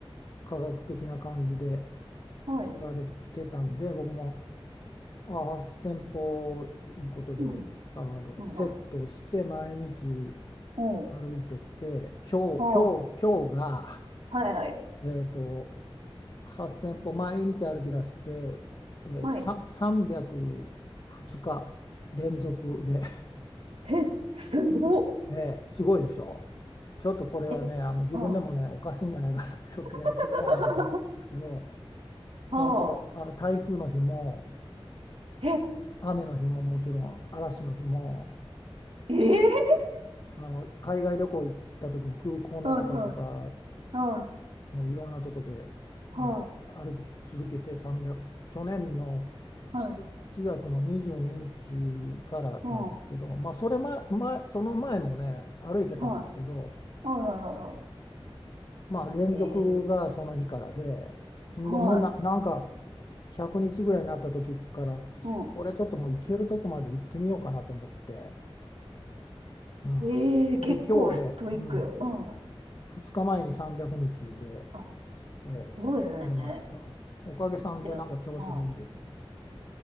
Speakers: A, on the left (about 40°); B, on the right (about 85°).
A: 科学的な感じで
B: はい。
A: 言われてたんで僕もあ8千0 0歩いうことであのセットをして毎日
B: うん。うん。はい。おう。
A: 歩いてて今日今日今日が、
B: はい。はい。はい。
A: えっと8000歩毎日歩き出して、えー、
B: はい。
A: さ302日連続で、
B: え、すごっ。
A: <laughs> ええすごいでしょ。ちょっとこれはね、
B: え、
A: あの自分でもね、
B: ああ。
A: おかしいんじゃないか、<laughs> ちょっとやりすぎじゃないかと思うんですけど、
B: <laughs> はあ。
A: 本当、あの台風の日も、
B: え、
A: 雨の日ももちろん、嵐の日も、
B: ええ
A: あの海外旅行行った時も空港の中とか、
B: はい。はい。はい。
A: もういろんなとこで
B: はい。
A: もう歩き続けて300去年の7月の22日からなんですけど、
B: はい。うんは
A: まあ、それ前、前、その前もね歩いてたんですけど、
B: い。はい。はい。はい。は
A: まあ、連続がその日からで、
B: い。ええ
A: んでもうな、
B: はい。
A: なんか100日ぐらいになった時からこれちょっともう行けるとこまで行ってみようかなと思って、
B: うん。
A: うん、
B: ええ結構ストイックや。
A: で今日で、うん、
B: うん。
A: 2日前に300日で
B: あ
A: ええ、
B: すごいですね。
A: 終えました。おかげさんでなんか調子がいいです。
B: じゃあ、は